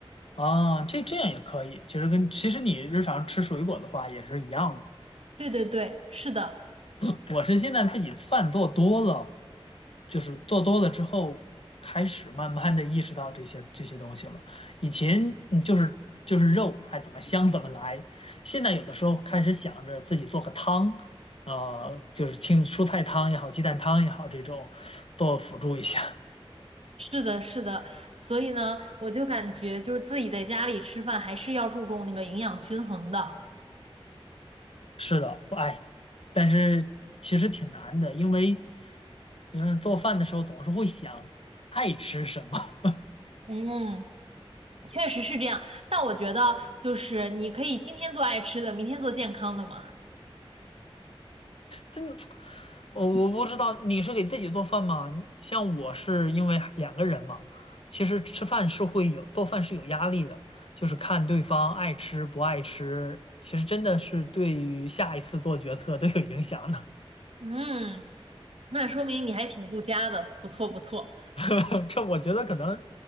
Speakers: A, on the left; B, on the right.
A: 啊，这这样也可以。其实跟其实你日常吃水果的话也是一样的。
B: 对对对，是的，
A: <laughs> 我是现在自己饭做多了，就是做多了之后，开始慢慢的意识到这些这些东西了。以前嗯就是就是肉，哎，怎么香怎么来。现在有的时候开始想着自己做个汤，呃，就是清蔬菜汤也好，鸡蛋汤也好，这种多辅助一下。
B: 是的，是的。所以呢，我就感觉就是自己在家里吃饭还是要注重那个营养均衡的。
A: 是的，哎，但是其实挺难的，因为因为做饭的时候总是会想爱吃什么。
B: 嗯。确实是这样，但我觉得就是你可以今天做爱吃的，明天做健康的嘛。
A: 真，我我不知道你是给自己做饭吗？像我是因为两个人嘛，其实吃饭是会有，做饭是有压力的，就是看对方爱吃不爱吃，其实真的是对于下一次做决策都有影响的。
B: 嗯，那说明你还挺顾家的，不错不错。
A: <laughs> 这我觉得可能，